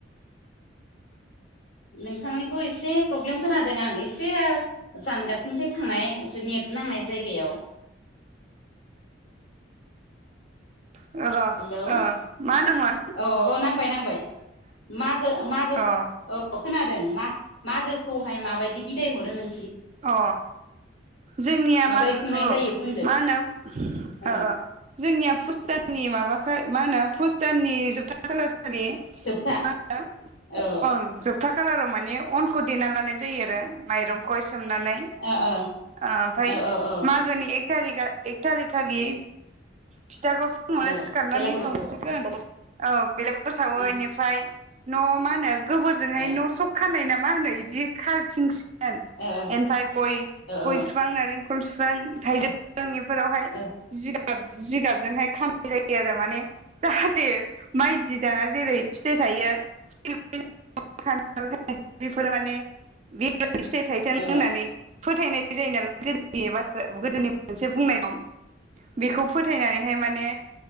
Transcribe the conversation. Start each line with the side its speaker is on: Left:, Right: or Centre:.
Left: नोंथांनिखौ एसे प्रब्लेम खोनादों आं एसे जानगारथिं थांनाय एसे नेट नांनाय जायगायाव
Right: र'
Left: हेलौ
Right: ओ मा होनदोंमोन
Left: औ औ नांबाय नांबाय मागो मागो
Right: अ
Left: औ खोनादों मा मागोखौहाय माबायदि बिदाय हरो नों
Right: अ जोंनिया
Left: माबोरै
Right: मागोखौ
Left: खुंनाय जायो बुंदो
Right: माहोनो
Left: औ
Right: अ अ जोंनिया फुजानि जोंनि माबाखो माहोनो पुस दाननि जोबथा खालार
Left: जोबथा औ
Right: <unintelligible> जोबथा खालाराव माने अनखौ देना लानाय जायो आरो माइरंखौ एसे सोमनानै
Left: ओ ओ
Right: ओमफ्राय
Left: ओ औ औ
Right: मागोनि एक एक थारिक खालि फिथाखौ फुङावहाय
Left: औ
Right: सिखारनानै
Left: बेलागुरु
Right: सावसिगोन औ बेलागुफोर सावो
Left: ओ
Right: एनिफ्राय न मा होनो गोबोरजोंहाय
Left: ओ
Right: न सख खानाय होनना मा होनो इदि खाथिं सि
Left: ओ ओ
Right: फाय गय गय
Left: औ
Right: फिफां नारेंखल फिफां थाइज जोंनिफोरावहाय
Left: औ
Right: जिगाब जिगाबजोंहाय खा जायो आरो माने जाहाथे माइ बिदाङा जेरै फिथाइ थायो <unintelligible> बेफोर माने बेबादि फिथाइ थाइथों
Left: ओ
Right: होननानै फोथायनाय जायो नालाय <unintelligible> गोदोनि मोनसे बुंनाय दं बेखौ फोथायनानैहाय माने